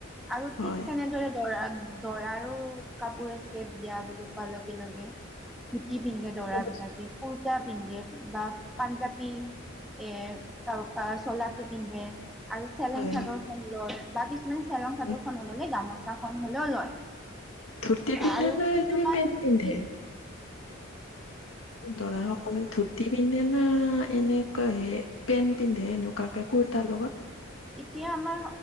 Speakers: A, in the centre; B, on the left.
A: আৰু
B: হয়।
A: ঠিক তেনে দৰে দৰাক দৰাৰো কাপোৰ আছে বিয়া বুলি কোৱাৰ লগে লগে। ধুতি
B: হয়।
A: পিন্ধে দৰা
B: হয়
A: বিলাকে কুৰ তা পিন্ধে বা পাঞ্জাবী এ <unintelligible> চোলাটো পিন্ধে। আৰু চেলেং
B: হয়
A: চাদৰ খন লয় বা কিছুমান চেলেং চাদৰ
B: হয়।
A: খন গামোচাখন হলেও লয়
B: ধুতি পিন্ধে
A: আৰু
B: না
A: কিছুমান
B: এনে পেন্ট পিন্ধে?
A: কিছ
B: দৰা সকলে ধুতি পিন্ধে না এনেকুৱা হে পেণ্ট পিন্ধে এনেকুৱাকে কুৰ্তাৰ লগত।
A: এতিয়া আমাৰ